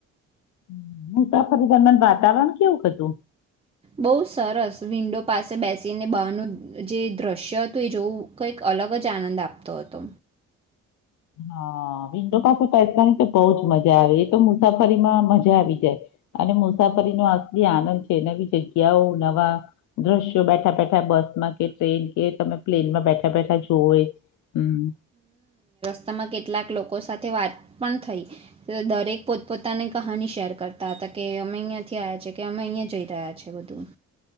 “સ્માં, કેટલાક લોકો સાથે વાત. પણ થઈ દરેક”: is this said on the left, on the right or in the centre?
Right